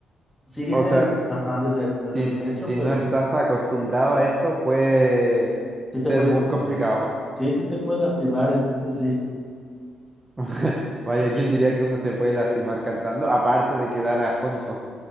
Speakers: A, in the centre; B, on the right.
A: sí viene,
B: o sea,
A: el- ajá, desde el, desde
B: si,
A: el pecho,
B: si
A: pero
B: no estás acostumbrado a esto, puede
A: sí te
B: ser
A: puede
B: muy
A: lastimar.
B: complicado.
A: Sí, sí te puede lastimar, ¿eh? Eso sí.
B: <laughs> Vaya, ¿quién diría que uno se puede lastimar cantando? Aparte de quedar afónico.